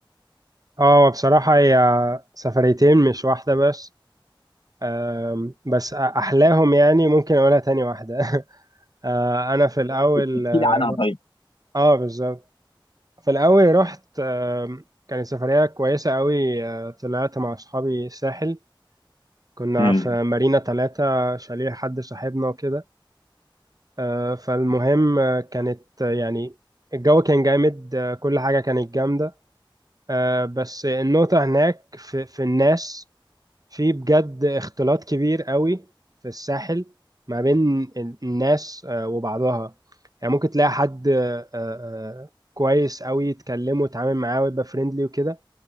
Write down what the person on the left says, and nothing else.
احكي
لي عنها
طيب
امم